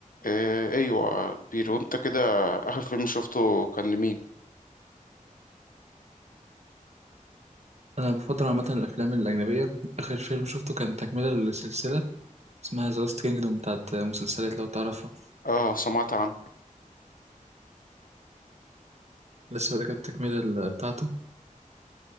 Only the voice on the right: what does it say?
أنا بفضل عامة الأفلام الأجنبية آخر فيلم شفته كان تكملة لسلسلة اسمها ذا لاست كينجدوم بتاعت مسلسلات لو تعرفها
لسه ده كانت التكملة ال- بتاعته